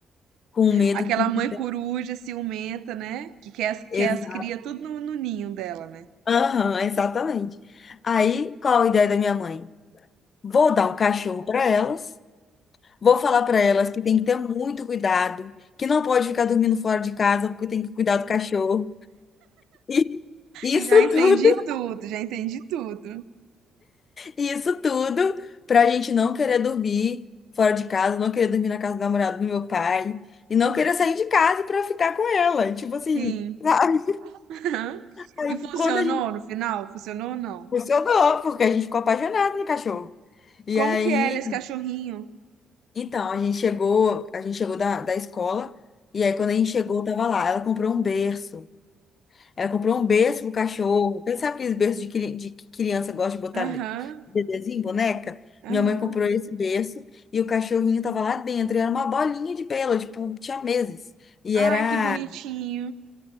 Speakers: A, on the left; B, on the right.
A: Com medo
B: Aquela
A: que se
B: mãe coruja ciumenta, né? Que quer, as- quer
A: Exa-
B: as cria tudo no, no ninho dela, né?
A: Aham, exatamente. Aí, qual a ideia da minha mãe? Vou dar um cachorro para elas Vou falar para elas que tem que ter muito cuidado, que não pode ficar dormindo fora de casa porque tem que cuidar do cachorro. <laughs> E
B: Já
A: isso
B: entendi
A: tudo,
B: tudo, já entendi tudo.
A: isso tudo para a gente não querer dormir fora de casa, não querer dormir na casa do namorado do meu pai e não querer sair de casa para ficar com ela. Tipo assim,
B: Sim.
A: <laughs> sabe?
B: <laughs>
A: Aí
B: E funcionou
A: quando a gente
B: no final? Funcionou ou não?
A: funcionou, porque a gente ficou apaixonado no cachorro. E
B: Como
A: aí,
B: que era esse cachorrinho?
A: então, a gente chegou, a gente chegou da, da escola e aí quando a gente chegou, tava lá, ela comprou um berço. Ela comprou um berço pro cachorro. Quem sabe aqueles berços de, cri- de que criança gosta de botar
B: Aham,
A: ne- bebezinho, boneca?
B: aham.
A: Minha mãe comprou esse berço e o cachorrinho tava lá dentro. E era uma bolinha de pelo, tipo, tinha meses. E
B: Ai,
A: era,
B: que bonitinho.